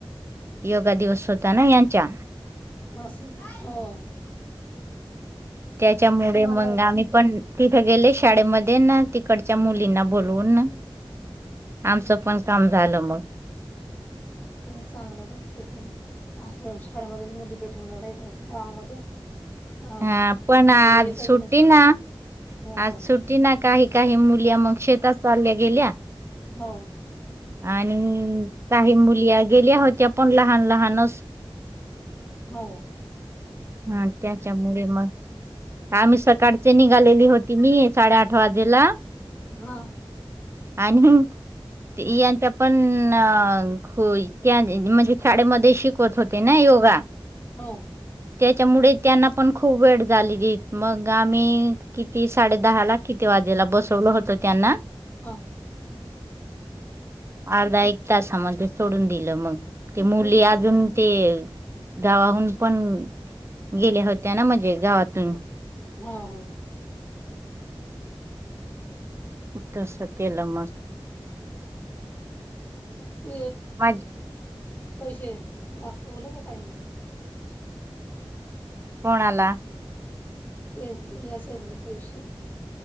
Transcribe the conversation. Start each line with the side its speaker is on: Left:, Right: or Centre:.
Right: योगा दिवस होता ना ह्यांच्या
Left: ह स हो
Right: त्याच्यामुळे
Left: तुम्हाला
Right: मग आम्ही पण तिथं गेले शाळेमध्ये ना तिकडच्या मुलींना बोलवून ना आमचं पण काम झालं मग.
Left: तु चांगलं कर तेथ असलं शाळेमध्येच मुली भेटून जायचं होत गावामध्ये अ
Right: हा पण
Left: मुली
Right: आज
Left: येतच
Right: सुट्टी
Left: नाही
Right: ना?
Left: हो
Right: आज
Left: हो
Right: सुट्टी ना काही काही मुली मग शेतात चालल्या गेल्या
Left: हो
Right: आणि काही मुली गेल्या होत्या पण लहान लहानच
Left: हो
Right: हा त्याच्यामुळे मग आम्ही स काडचे निघालेली होती मी साडे आठ वाजेला
Left: हा
Right: आणि ते यांचा पण अ ख म्हणजे शाळेमध्ये शिकवत होते ना योगा
Left: हो
Right: त्याच्यामुळे त्यांना पण खूप वेळ झालेली मग आम्ही किती साडे दहा ला किती वाजेला बसवलं होत त्यांना
Left: हो
Right: अर्धा एक तासामध्ये सोडून दिलं मग. ते मुली अजून ते गावाहून पण गेल्या होत्या ना म्हणजे गावातून
Left: हा हा
Right: उ तसं केलं मग.
Left: तू
Right: माझ
Left: पैसे दाखवले का काय आणि
Right: कोणाला?
Left: तेच गीत यासेच गं पैसे